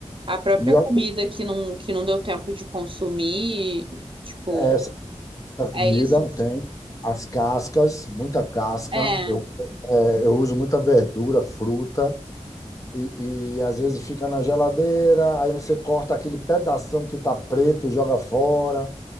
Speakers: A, on the right; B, on the left.
A: a própria
B: E olha,
A: comida que não que não deu tempo de consumir, tipo,
B: é, da comida,
A: é isso?
B: tem as cascas, muita casca.
A: É,
B: Eu, é, eu uso muita verdura, fruta, e, e às vezes fica na geladeira, aí você corta aquele pedação que está preto, e joga fora,